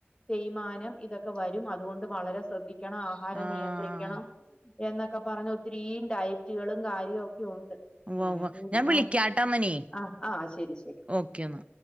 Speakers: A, on the left; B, on the right.
A: തേയ്മാനം ഇതൊക്കെ വരും അതുകൊണ്ട് വളരെ ശ്രദ്ധി ണം ആഹാരം
B: ആ
A: നിയന്ത്രിക്കണം എന്നൊക്കെ പറഞ്ഞ് ഒത്തിരീം ഡയറ്റുകളും കാര്യവും ഒ ക്യോണ്ട്
B: ഉവ്വ
A: അങ്ങനെ
B: ഉവ്വ
A: <unintelligible>
B: ഞാൻ വിളിക്കാട്ടമ്മനേ
A: ആ ആ ആ ശരി ശ
B: ഓക്കെ എന്നാ